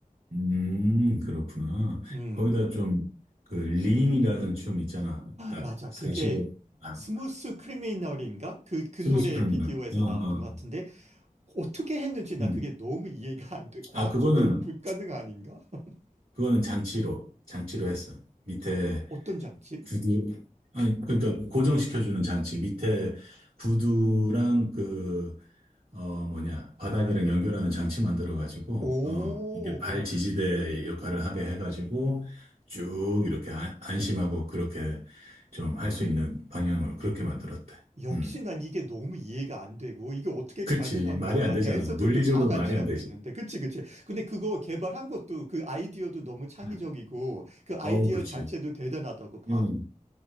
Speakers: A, on the right; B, on the right.
A: 응, 음, 그렇구나.
B: 음,
A: 거기다 좀, 그, 림이라는 춤 있잖아. 딱,
B: 맞아.
A: 45,
B: 그게
A: 아,
B: 스무스 크리미널인가? 그, 그 노래
A: 스무스프링이나
B: 비디오에서
A: 어, 어,
B: 나왔던
A: 어,
B: 것
A: 어.
B: 같은데 어떻게 했는지 나
A: 음.
B: 그게 너무 이해가 안 돼. 과학적으로
A: 아, 그거는,
B: 불가능 아닌가? <laughs>
A: 그거는 장치로, 장치로 했어. 밑에
B: 어떤 장치?
A: 구두, 아니, 그러니까 고정시켜주는 장치. 밑에 구두랑 그, 어, 뭐냐, 바닥이랑 연결하는 장치 만들어가지고,
B: 오,
A: 어, 이게 발
B: 뭔,
A: 지지대 역할을 하게 해가지고, 쭉 이렇게 안, 안심하고 그렇게 좀 할 수 있는 방향으로 그렇게 만들었대.
B: 역시
A: 음.
B: 난 이게 너무 이해가 안 되고, 이게 어떻게
A: 그렇지.
B: 가능한
A: 말이
B: 거야?
A: 안 되잖아.
B: 댄서들도
A: 물리적으로
B: 다 같이
A: 말이 안
B: 하고
A: 되지.
B: 있는데. 그치, 그치. 근데 그거 개발한 것도 그 아이디어도 너무 창의적이고,
A: 네.
B: 그 아이디어
A: 어우, 그렇지.
B: 자체도 대단하다고 봐.
A: 음.